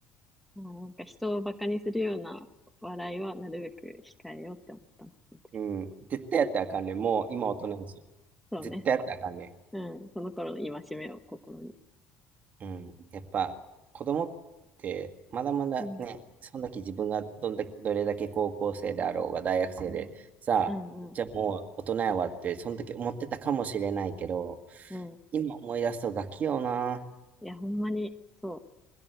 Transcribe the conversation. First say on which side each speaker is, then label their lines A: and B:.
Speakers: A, in the centre; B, on the right (about 45°).
A: まあ、なんか人をバカにするような笑いはなるべく控えようって思ったな、その時。
B: うん。絶対やったらあかんねん。もう今大人だし。
A: そうね。
B: 絶対やったらあかんねん。
A: うん。その頃の戒めを心に。
B: うん、やっぱ子供ってまだまだね、
A: うん。
B: その時自分がどんだけ、どれだけ高校生であろうが大学生で、さあ、
A: うんうん
B: じゃあもう大人やわって、その時思ってたかもしれないけど、
A: うん。
B: 今思い出すとガキよな。
A: いや、ほんまに、そ